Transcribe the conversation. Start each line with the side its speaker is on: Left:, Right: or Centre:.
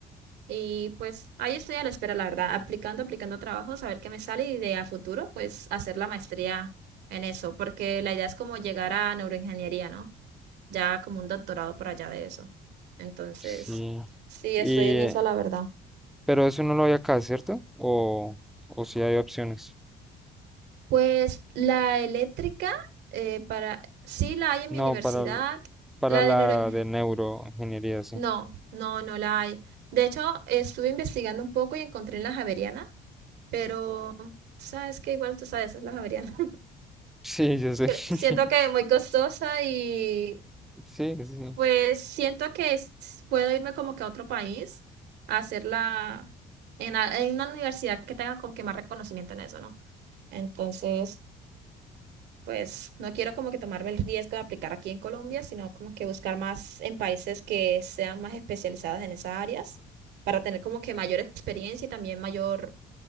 Right: Y pues ahí estoy a la espera, la verdad, aplicando, aplicando trabajos, a ver qué me sale y de a futuro, pues hacer la maestría en eso, porque la idea es como llegar a neuroingeniería, ¿no? Ya como un doctorado por allá de eso. Entonces,
Centre: Sí.
Right: sí,
Centre: Y,
Right: estoy en
Centre: eh,
Right: eso la verdad.
Centre: pero eso no lo hay acá, ¿cierto? O, o si hay opciones.
Right: Pues la eléctrica, eh, para, sí la hay en
Centre: No,
Right: mi universidad,
Centre: para, el- para
Right: la
Centre: la
Right: de neuroingeniería,
Centre: de neuroingeniería, sí.
Right: no,
Centre: <laughs>
Right: no, no la hay. De hecho, estuve investigando un poco y encontré en la Javeriana, pero sabes que igual tú sabes, es la Javeriana.
Centre: Sí, yo sé.
Right: cre-
Centre: <laughs>
Right: Siento que es muy costosa y
Centre: Sí, sí.
Right: pues siento que s- puedo irme como que a otro país a hacerla en, a- en una universidad que tenga como que más reconocimiento en eso, ¿no? Entonces, pues no quiero como que tomarme el riesgo de aplicar aquí en Colombia, sino como que buscar más en países que sean más especializados en esas áreas para tener como que mayor experiencia y también mayor,